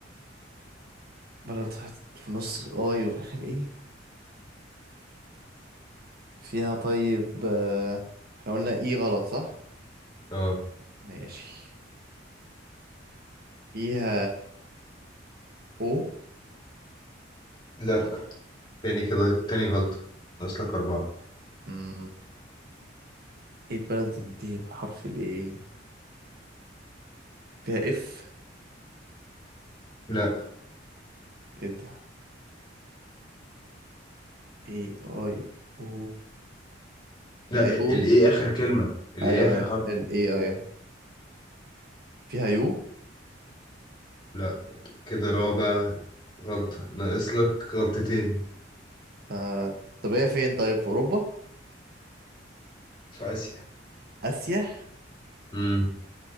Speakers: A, on the right; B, on the left.
A: بلد في النص اي وفي اخر ايه فيها طيب آه. احنا قلنا ايه غلط صح
B: اه
A: ماشي فيها او
B: لا تاني كده تاني غلطة أصلك أربعة
A: مم. ايه البلد بتنتهي بحرف الايه فيها اف
B: لا
A: ايه ده ايه اي او
B: لا
A: فيها يو
B: الإيه آخر كلمة الإيه
A: ايوه
B: آخر
A: ايوه
B: حرف
A: ال اي اي فيها يو
B: لا كده رابع غلطة ناقص لك غلطتين
A: آه، طب هي فين طيب في اوروبا
B: في آسيا
A: اسيا
B: مم.